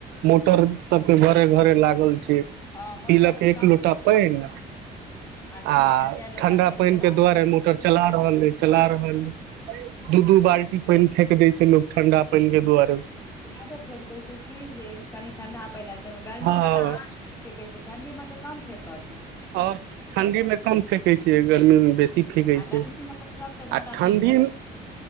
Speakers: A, on the right; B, on the left.
A: मोटर सबके घरे घरे लागल छै
B: हँ मोटर
A: पीलक
B: के
A: एक
B: कम
A: लोटा पैन
B: दू
A: आ
B: लोटा चारि लोटा
A: ठंडा
B: पानि
A: पैन
B: चला
A: के
B: लेलक
A: दुआारे मोटर चला रहल हे चला रहल दू
B: हूँ
A: दू बाल्टी पैन फेेक दै छै लोक ठंडा पैन के दुआरे
B: ादे फेेक देय छै की जे कनी ठंडा पैन गर्मी
A: हँ
B: मे तऽ आ फेेक छै ठण्डी मे तऽ कम फेकत
A: ओर ठणडी मे कम फेेकै छियै गर्मी मे बेसी सी फेकै
B: आ
A: छै
B: गर्मी
A: आ
B: मे तऽ सबसे ज्यादा
A: ठण्ढी
B: फेेक दै छै